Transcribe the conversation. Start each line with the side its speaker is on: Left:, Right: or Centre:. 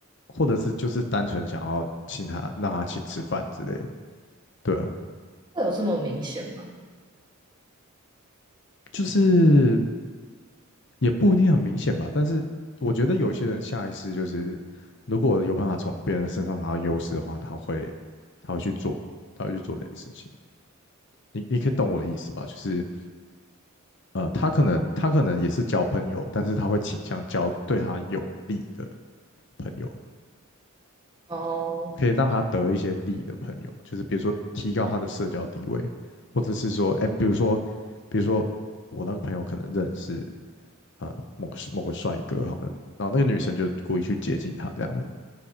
Left: 或者是就是单纯想要请他让他请吃饭之类的，对啊，
Right: 会有这么明显吗？
Left: 就是也不一定很明显吧，但是我觉得有些人下意识就是，如果有办法从别人身上拿到优势的话，他会他会去做，他会去做这件事情。你你可以懂我的意思吧？就是呃，他可能他可能也是交朋友，但是他会倾向交对他有利的朋友，
Right: 哦
Left: 可以让他得一些利的朋友，就是比如说提高他的社交地位，或者是说，哎，比如说比如说我那个朋友可能认识啊。呃某个某个帅哥好了，然后那个女生就故意去接近他这样子，